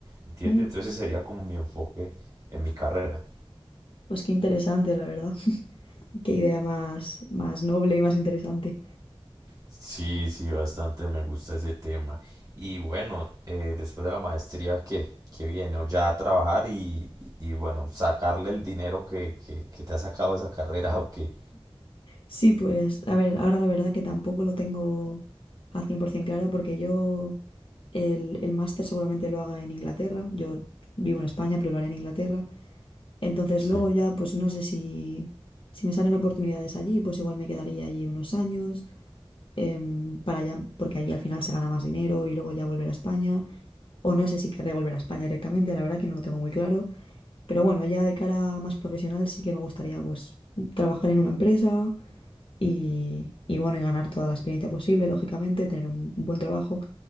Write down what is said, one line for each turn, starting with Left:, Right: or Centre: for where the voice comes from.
Right: ¿Entiendes?
Left: Mm,
Right: Entonces ese sería como mi enfoque en mi carrera.
Left: Pues qué interesante, la verdad. Qué idea más, más noble y más interesante.
Right: Sí, sí, bastante me gusta ese tema. Y bueno, eh, después de la maestría, ¿qué? ¿Qué viene? O ya a trabajar y, y bueno, sacarle el dinero que, que, que te ha sacado esa carrera o qué.
Left: Sí, pues, a ver, ahora la verdad que tampoco lo tengo al 100% claro porque yo el, el máster seguramente lo haga en Inglaterra. Yo vivo en España, pero lo haré en Inglaterra. Entonces
Right: Sí,
Left: luego ya, pues no sé si, si me salen oportunidades allí, pues igual me quedaría allí unos años. em, para allá, porque allí al final se gana más dinero y luego ya volver a España. O no sé si querré volver a España directamente, la verdad que no lo tengo muy claro. Pero bueno, ya de cara más profesional sí que me gustaría pues trabajar en una empresa y, y bueno, y ganar toda la experiencia posible, lógicamente, tener un buen trabajo.